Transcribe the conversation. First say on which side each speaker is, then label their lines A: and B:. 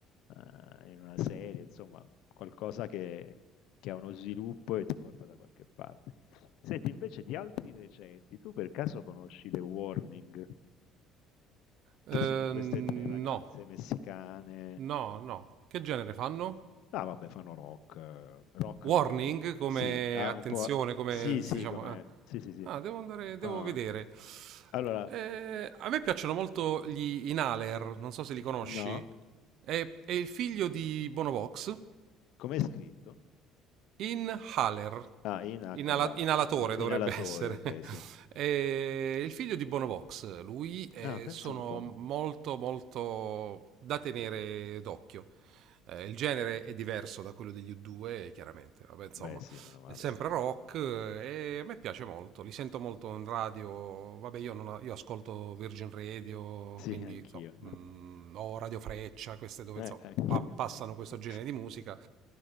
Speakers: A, on the left; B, on the right.
A: eh, in una serie, insomma, qualcosa che, che ha uno sviluppo e ti porta da qualche parte. Senti, invece di altri recenti, tu per caso conosci The Warning,
B: Eh,
A: che sono queste
B: no.
A: tre ragazze messicane?
B: No, no. Che genere fanno?
A: Ah, vabbè, fanno rock, eh, rock
B: Warning,
A: rock.
B: come
A: Sì, ah,
B: attenzione,
A: un po'.
B: come
A: Sì, sì,
B: diciamo.
A: come.
B: eh.
A: Sì, sì, sì.
B: Ah, devo andare, devo
A: Fa-
B: vedere.
A: Allora,
B: Eh, a me piacciono molto gli Inhaler, non so se li conosci.
A: No?
B: È, è il figlio di Bonovox
A: Com'è scritto?
B: Inhaler,
A: Ah, in H
B: inala-
A: con l'H.
B: inalatore
A: Ok,
B: dovrebbe
A: Inalatore,
B: essere.
A: ok,
B: <laughs>
A: sì.
B: E il figlio di Bonovox, lui, eh,
A: Ah, penso
B: sono
A: un po'.
B: molto molto da tenere d'occhio. Eh, il genere è diverso da quello degli U2, chiaramente. Vabbè, insomma,
A: Beh, sì, meno male,
B: è sempre
A: se no.
B: rock eh, e a me piace molto, li sento molto in radio, vabbè io, non, ho- io ascolto Virgin Radio,
A: Sì,
B: quindi
A: anch'io.
B: insomma, mm, o Radio Freccia, queste dove
A: Eh,
B: insomma,
A: anch'io.
B: pa- passano
A: <laughs>
B: questo
A: Sì.
B: genere di musica,